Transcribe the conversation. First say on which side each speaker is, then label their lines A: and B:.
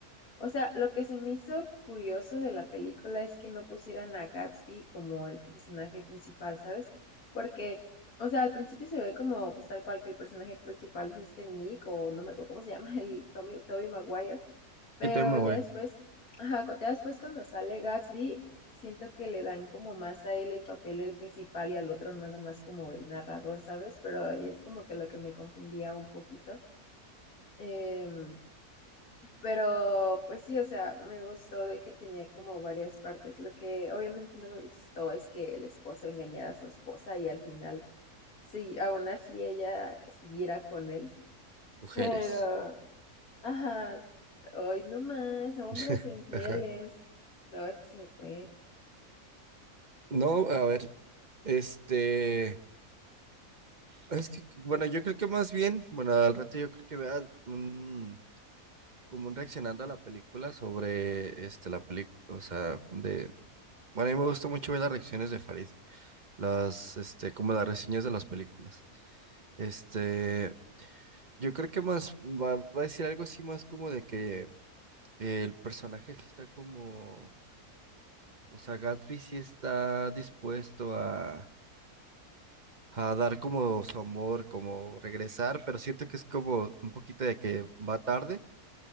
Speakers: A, on the left; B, on the right.
A: o sea, lo que se me hizo curioso de la película es que no pusieran a Gatsby como el personaje principal, ¿sabes? Porque, o sea, al principio se ve como, pues tal cual que el personaje principal es este Mick, o no me acuerdo cómo se llama, <laughs> el Tommy, Tobey Maguire, pero
B: Y también me
A: ya
B: voy.
A: después, ajá, cu- ya después cuando sale Gatsby, siento que le dan como más a él el papel del principal y al otro nada más como el narrador, ¿sabes? Pero ahí es como que lo que me confundía un poquito. Em, pero pues sí, o sea, me gustó de que tenía como varias partes. Lo que obviamente no me gustó es que el esposo engañara a su esposa y al final, sí, aún así ella siguiera con él.
B: Mujeres.
A: Pero Ajá, s- hoy no más, hombres
B: <laughs>
A: infieles.
B: Ajá.
A: No, es que se me fue.
B: No, a ver, este, es que, bueno, yo creo que más bien, bueno, al rato yo creo que vea un, como un reaccionando a la película sobre, este, la película, o sea, de, bueno, a mí me gusta mucho ver las reacciones de Farid, las, este, como las reseñas de las películas, este, Yo creo que más va va a decir algo así más como de que eh, el personaje sí está como, o sea, Gatsby sí está dispuesto a, a dar como su amor, como regresar, pero siento que es como un poquito de que va tarde,